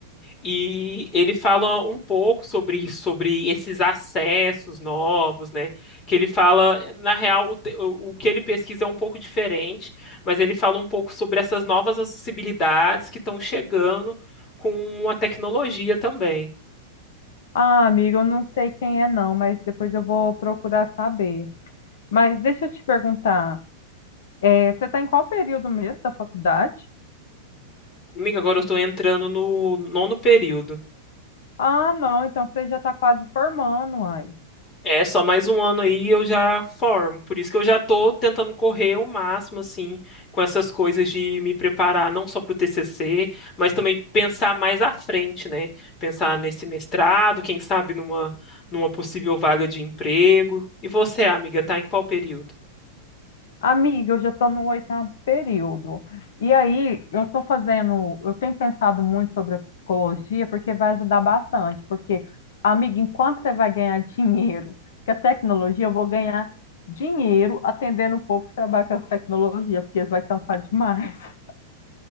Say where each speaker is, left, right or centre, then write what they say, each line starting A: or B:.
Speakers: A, on the left; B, on the left.
A: E ele fala um pouco sobre isso, sobre esses acessos novos, né? Que ele fala, na real, o, te- o- o que ele pesquisa é um pouco diferente, mas ele fala um pouco sobre essas novas acessibilidades que estão chegando com a tecnologia também.
B: Ah, amiga, eu não sei quem é não, mas depois eu vou procurar saber. Mas deixa eu te perguntar, eh, você está em qual período mesmo da faculdade?
A: Amiga, agora eu estou entrando no nono período.
B: Ah, não, então você já está quase formando, ai.
A: É, só mais um ano aí eu já formo. Por isso que eu já tô tentando correr o máximo, assim, com essas coisas de me preparar não só para o TCC, mas também pensar mais à frente, né? Pensar nesse mestrado, quem sabe numa, numa possível vaga de emprego. E você, amiga, tá em qual período?
B: Amiga, eu já estou no oitavo período. E aí, eu estou fazendo, eu tenho pensado muito sobre a psicologia, porque vai ajudar bastante. Porque, amiga, enquanto você vai ganhar <laughs> dinheiro com a tecnologia, eu vou ganhar dinheiro atendendo o povo que trabalha com a tecnologia, porque eles vão cansar demais. <laughs>